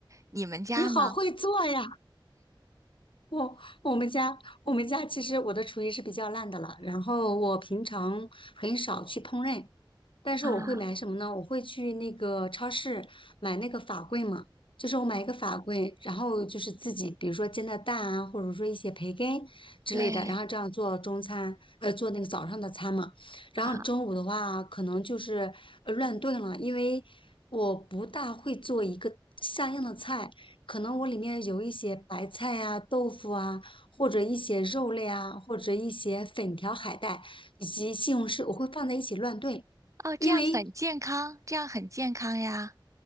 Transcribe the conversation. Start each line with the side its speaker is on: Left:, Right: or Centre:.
Right: 你们家呢？
Left: 你好会做呀！我我们家我们家其实我的厨艺是比较烂的了，然后我平常很少去烹饪，但是我会买什么呢？
Right: 啊，
Left: 我会去那个超市买那个法棍嘛，就是我买一个法棍，然后就是自己，比如说煎的蛋啊，或者说一些培根之类的，
Right: 对
Left: 然后这样做中餐，呃，做那个早上的餐嘛。然后中午的话，
Right: 啊，
Left: 可能就是呃乱炖了，因为我不大会做一个像样的菜，可能我里面有一些白菜啊、豆腐啊，或者一些肉类啊，或者一些粉条、海带以及西红柿，我会放在一起乱炖。
Right: 哦，这样很健康，
Left: 因为
Right: 这样很健康呀。